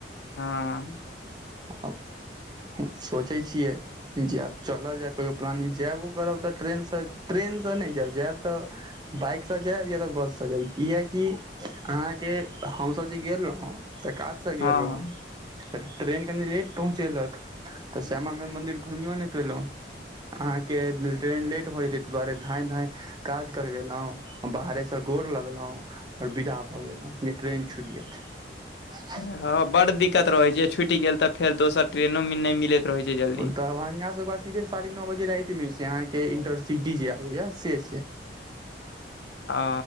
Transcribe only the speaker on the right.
<unintelligible> सोचै छियै जैब चलल जाय कहियो प्लानिंग जायबो करब तऽ ट्रेन स ट्रेन स नै जायब जायब तऽ बइक स जायब या तऽ बस स जायब किया कि अहाँकेँ हम सब जे गेल रहौं तऽ काज से
गेल रहूँ तऽ ट्रेन कनि लेट पहुँचेलक तऽ श्यामा माइ मंन्दिर घुमियो नै पेलों अहाँ केँ ट्रेन लेट भऽ जेतै ताहि दुआरे धाँय धाँय काज करबेलों बाहरे स गोर लगलौ और विदा भऽ गेलौ जे ट्रेन छुट जायत <inaudible>
ओ दरभंगा से ओकरा सीधे साढ़े नओ बजे राइत में छै अहाँकेँ इंटरसिटी जे आबे यऽ से छै